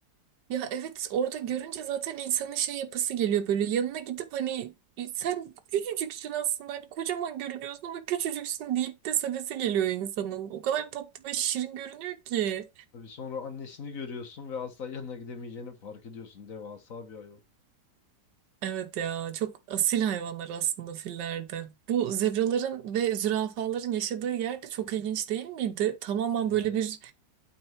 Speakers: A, on the right; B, on the left.
A: Ya evet orada görünce zaten insanın şey yapısı geliyor böyle yanına gidip hani "E, sen küçücüksün aslında hani kocaman görünüyorsun ama küçücüksün deyip de sevesi geliyor insanın. O kadar tatlı ve şirin görünüyor ki.
B: Tabii sonra annesini görüyorsun ve asla yanına gidemeyeceğini fark ediyorsun. Devasa bir hayvan.
A: Evet ya çok asil hayvanlar aslında fillerde. Bu zebraların ve zürafaların yaşadığı yer de çok ilginç değil miydi? Tamamen
B: Evet.
A: böyle bir